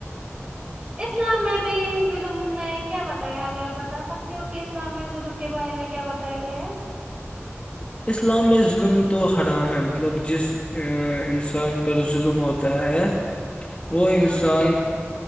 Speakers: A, on the right (about 20°); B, on the left (about 25°).
A: اسلام میں بھی ظلم میں کیا بتایا اگر آپ بتا سکتے ہو کہ اسلامیہ ظلم کے بارے میں کیا بتایا گیا ہے
B: اسلام میں ظلم تو حرام ہے مطلب جس انسان پر ظلم ہوتا ہے وہ
A: ہاں
B: انسان